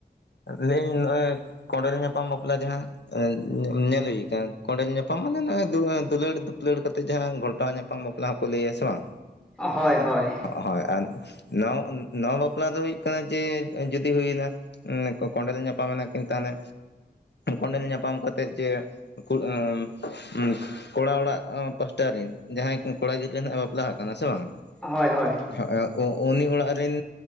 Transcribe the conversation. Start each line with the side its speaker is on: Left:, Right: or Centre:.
Left: ᱞᱟᱹᱭᱤᱧ ᱱᱚᱜ-ᱚᱭ ᱠᱚᱸᱰᱮᱞ ᱧᱟᱯᱟᱢ ᱵᱟᱯᱞᱟ ᱡᱟᱦᱟᱸ ᱮᱸ ᱧᱮᱞ ᱦᱩᱭ ᱠᱟᱱᱟ᱾ ᱠᱚᱸᱰᱮᱞ ᱧᱟᱯᱟᱢ ᱢᱟᱱᱮ ᱱᱚᱜ-ᱚᱭ ᱫᱩ ᱫᱩᱞᱟᱹᱲ ᱫᱩᱯᱞᱟᱹᱲ ᱠᱟᱛᱮᱫ ᱡᱟᱦᱟᱸ ᱜᱷᱚᱞᱴᱟᱣ ᱧᱟᱯᱟᱢ ᱯᱟᱢ ᱵᱟᱯᱞᱟ ᱦᱚᱸ ᱠᱚ ᱞᱟᱹᱭᱟ ᱥᱮ ᱵᱟᱝ?
Centre: ᱦᱳᱭ ᱦᱳᱭ᱾
Left: ᱦᱳᱭ ᱟᱨ ᱱᱚ, ᱱᱚᱣᱟ ᱵᱟᱯᱞᱟ ᱫᱚ ᱦᱩᱭᱩᱜ ᱠᱟᱱᱟ ᱡᱮ ᱡᱩᱫᱤ ᱦᱩᱭᱮᱱᱟ᱾ ᱩᱸ ᱠᱚᱸᱰᱮᱞ ᱧᱟᱯᱟᱢᱮᱱᱟ ᱠᱤᱱ ᱛᱟᱦᱞᱮ ᱠᱚᱸᱰᱮᱞ ᱧᱟᱯᱟᱢ ᱠᱟᱛᱮᱫ ᱡᱮ <unintelligible> ᱠᱚᱲᱟ ᱚᱲᱟᱜ ᱯᱟᱥᱴᱟ ᱨᱤᱱ ᱡᱟᱦᱟᱸᱭ ᱠᱚᱲᱟ ᱜᱤᱫᱽᱨᱟᱹ ᱱᱟᱜ-ᱮ ᱵᱟᱯᱞᱟ ᱦᱟᱠᱟᱱᱟ ᱥᱮ ᱵᱟᱝ?
Centre: ᱦᱳᱭ ᱦᱳᱭ᱾
Left: ᱦᱚᱸᱜ-ᱚ ᱩ, ᱩᱱᱤ ᱚᱲᱟᱜ ᱨᱤᱱ